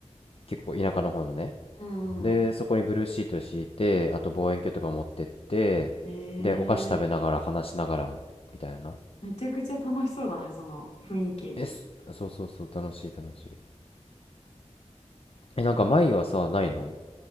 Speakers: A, on the left (about 55°); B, on the left (about 70°).
A: 結構田舎の方のね、
B: うん。
A: で、
B: う
A: そこにブルーシート敷いて、あと望遠鏡とか持ってって、
B: んえー。
A: で、お菓子食べながら話しながらみたいな。
B: めちゃくちゃ楽しそうだね、その雰囲気。
A: え、そそうそうそう、楽しい楽しい。え、なんか前はさ、ないの